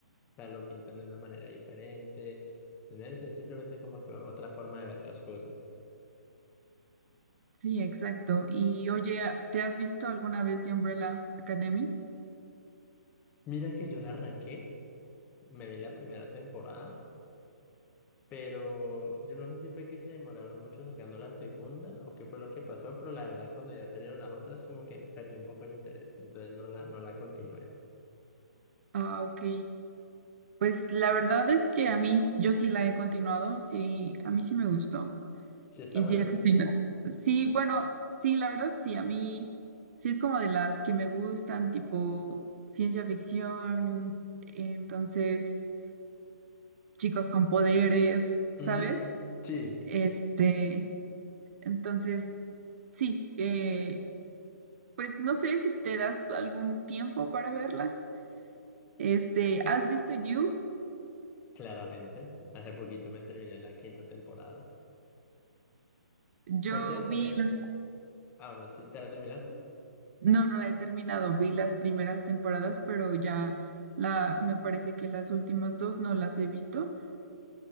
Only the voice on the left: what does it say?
O sea, lo pintan de una manera diferente, de una vez, es simplemente como que otra forma de ver las cosas.
Mira que yo la arranqué, me vi la primera temporada. Pero yo no sé si fue que se demoraron mucho sacando la segunda o qué fue lo que pasó, pero la verdad cuando ya salieron las otras como que perdí un poco el interés, entonces no la, no la continué.
¿Sí está
bueno?
Ujú. Sí,
claramente. Hace poquito me terminé la quinta temporada.
Por cierto,
de hecho,
ah, bueno, si te la terminaste,